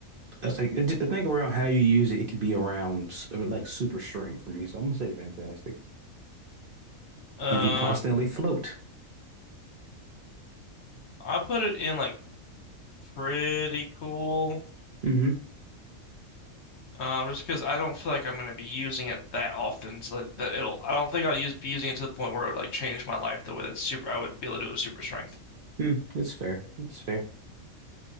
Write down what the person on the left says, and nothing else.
Uh,
I put it in like pretty cool.
Um, just because I don't feel like I'm gonna be using it that often, so that, that it'll. I don't think I'll use be using it to the point where it would like change my life the way that's super. I would be able to do it with super strength.